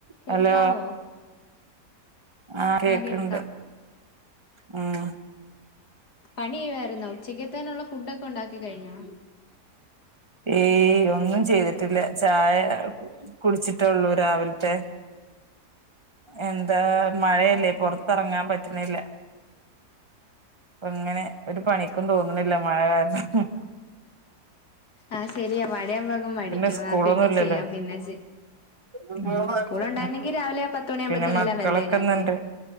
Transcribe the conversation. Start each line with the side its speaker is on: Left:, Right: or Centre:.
Left: കേൾക്കാവോ?
Right: Hello ആഹ് കേക്ക്ണ്ട്
Left: ആ കേൾക്കാം,
Right: ഉം
Left: പണി ചെയ്യുവായിരുന്നോ? ഉച്ചക്കത്തേനുള്ള ഫുഡോക്കെ ഒണ്ടാക്കി കഴിഞ്ഞോ?
Right: ഏയ് ഒന്നും ചെയ്തിട്ടില്ല, ചായ കുടിച്ചിട്ടേ ഒള്ളൂ രാവിലത്തെ എന്താ മഴയല്ലേ? പൊറത്തറങ്ങാൻ പറ്റുന്നില്ല, അപ്പ ഇങ്ങനെ ഒരു പണിക്കും തോന്നുന്നില്ല മഴ കാരണം.
Left: ആ ശെരിയാ മഴയാമ്പം അങ്ങ് മടിക്കും,
Right: പിന്നെ സ്കൂളൊന്നും
Left: ആ പിന്നെ
Right: ഇല്ലല്ലോ
Left: ചെയ്യാം പിന്നെ ചെ
Right: ഉം
Left: മ് സ്കൂളുണ്ടായിരുന്നെങ്കി രാവിലെ പത്ത് മണിയാകുമ്പത്തേന്
Right: പിന്നെ മക്കളൊക്കെന്നണ്ട്
Left: എല്ലാം വെന്തേനെ അല്ലേ